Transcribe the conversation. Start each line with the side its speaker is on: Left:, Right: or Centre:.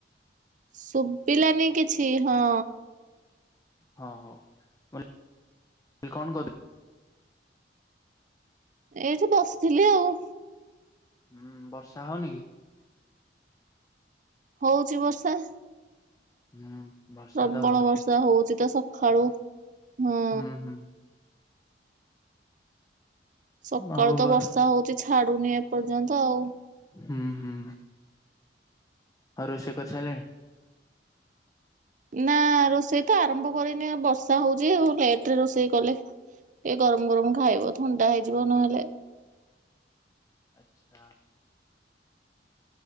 Right: ଶୁଭିଲାନି କିଛି ହଁ
Left: ହଁ ହଉ। ମୁଁ କହିଲି କଣ କରୁ
Right: ଏଇଠି ବସିଥିଲି ଆଉ।
Left: ହୁଁ ବର୍ଷା ହଉନି କି?
Right: ହଉଚି ବର୍ଷା।
Left: ହୁଁ। ବର୍ଷା
Right: ପ୍ରବଳ
Left: ତ ହଉଛି
Right: ବର୍ଷା ହଉଚି ତ ସଖାଳୁ ହୁଁ
Left: ହୁଁ ହୁଁ।
Right: ସକାଳୁ
Left: ଆଉ
Right: ତ
Left: ଘର
Right: ବର୍ଷା ହଉଚି ଛାଡୁନି ଏପର୍ଯ୍ୟନ୍ତ ଆଉ।
Left: ହୁଁ ହୁଁ। ଆଉ ରୋଶେଇ କରି ସାରିଲେଣି?
Right: ନା ଆଁ ରୋଷେଇ ତ ଆରମ୍ଭ କରିନି ବର୍ଷା ହଉଛି ଲେଟରେ ରୋଷେଇ କଲେ ଏ ଗରମ ଗରମ ଖାଇବ ଥଣ୍ଡା ହେଇଯିବ ନହେଲେ।
Left: ଆଚ୍ଛା।